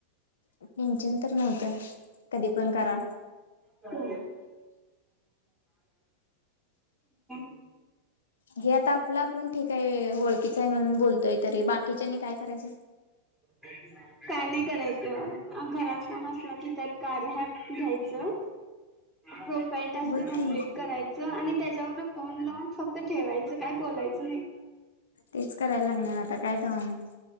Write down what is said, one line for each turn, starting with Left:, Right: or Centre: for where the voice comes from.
Left: टिंचन तर नव्हतं कधी पण करा
Centre: का का <inaudible>
Left: जे आता आपलं आपण ठीक आहे होळखच आहे म्हणून बोलतोय तरी बाकीच्यानी काय करायचं.
Centre: काय नाही करायचंग <inaudible> घरात समजला की त्यात कार ह्या घ्यायचं प्रोफाईल टास्क
Left: बघ
Centre: कं्प्लीट
Left: की
Centre: करायचं आणि त्याच्यावरून फोन लावून फक्त ठेवायचं काय बोलायचं नाही
Left: तेच करायला लागणार आता काय तव्हा मग